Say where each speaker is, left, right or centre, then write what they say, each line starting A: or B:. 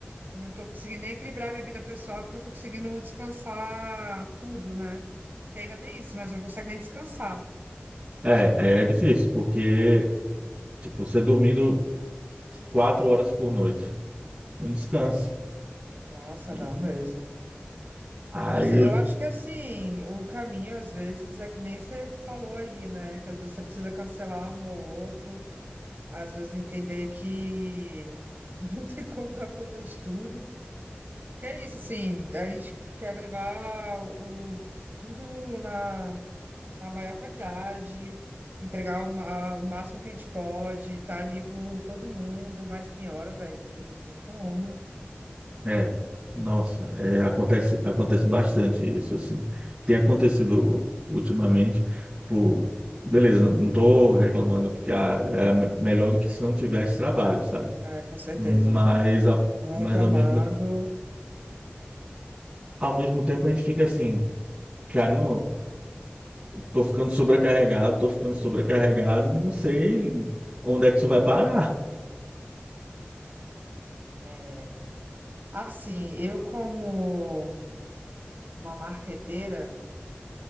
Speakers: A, on the right; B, on the right.
A: não tô conseguindo nem equilibrar minha vida pessoal, porque eu não tô conseguindo descansar tudo, né? Que ainda tem isso, mas eu não consigo nem descansar.
B: É, é difícil, porque, tipo, você dormindo. quatro horas por noite. Um descanso.
A: Nossa,
B: E
A: não mesmo.
B: aí
A: Nossa,
B: eu,
A: eu acho que assim, o caminho às vezes é que nem você falou aí, né? Que às vezes você precisa cancelar um ou outro. Às vezes entender que <laughs> não tem como dar conta de tudo. que é isso, assim, a gente quer levar o, tudo na, na maior qualidade, entregar o, ma- o máximo que a gente pode, estar ali por todo mundo, mas tem hora, velho, que não tem como.
B: é, nossa, é, acontece, acontece bastante isso, assim. Tem acontecido ultimamente, tipo, beleza, não, não tô reclamando que ah, era me- melhor do que se não tivesse trabalho, sabe?
A: É, com certeza,
B: Mas,
A: não é?
B: a
A: Não
B: mas
A: é reclamando.
B: ao mesmo, ao mesmo tempo a gente fica assim, caramba, tô ficando sobrecarregado, tô ficando sobrecarregado, não sei onde é que isso vai parar.
A: É. Assim, eu como uma marqueteira.